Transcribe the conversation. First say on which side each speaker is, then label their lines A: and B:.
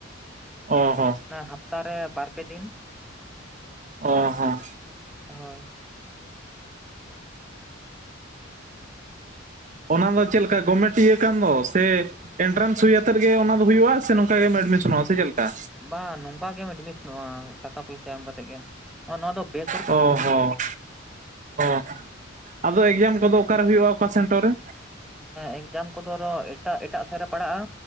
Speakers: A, on the right; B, in the centre.
A: ᱚ ᱦᱚ᱾
B: ᱦᱟᱯᱛᱟ ᱨᱮ ᱵᱟᱨ ᱯᱮ ᱫᱤᱱ᱾
A: ᱚ ᱦᱚᱸ᱾
B: ᱦᱳᱭ᱾
A: ᱚᱱᱟ ᱫᱚ ᱪᱮᱫ ᱞᱮᱠᱟ ᱜᱚᱵᱢᱮᱴᱤᱭᱟᱹ ᱠᱟᱱ ᱫᱚ ᱥᱮ᱾ ᱮᱱᱴᱨᱟᱱᱥ ᱦᱩᱭ ᱟᱛᱮᱫ ᱜᱮ ᱚᱱᱟ ᱫᱚ ᱦᱩᱭᱩᱜᱼᱟ ᱥᱮ ᱱᱚᱝᱠᱟ ᱜᱮᱢ ᱮᱰᱢᱤᱥᱚᱱᱚᱜᱼᱟ ᱥᱮ ᱪᱮᱫ ᱞᱮᱠᱟ᱾
B: ᱵᱟ ᱱᱚᱝᱠᱟ ᱜᱮᱢ ᱮᱰᱢᱤᱥᱚᱱᱚᱜᱼᱟ ᱴᱟᱠᱟ ᱯᱚᱭᱥᱟ ᱮᱢ ᱠᱟᱛᱮᱜ ᱜᱮ ᱱᱚᱣᱟ ᱫᱚ ᱵᱮᱥ᱾
A: ᱚ ᱦᱚᱸ ᱚ ᱦᱚᱸ ᱟᱫᱚ ᱮᱠᱡᱟᱢ ᱠᱚᱫᱚ ᱚᱠᱟᱨᱮ ᱦᱩᱭᱩᱜᱼᱟ ᱚᱠᱟ ᱥᱮᱱᱴᱟᱨ ᱨᱮ᱾
B: ᱮᱠᱡᱟᱢ ᱠᱚᱫᱚ ᱮᱴᱟᱜ ᱮᱴᱟᱜ ᱥᱮᱫ ᱨᱮ ᱯᱟᱲᱟᱜᱼᱟ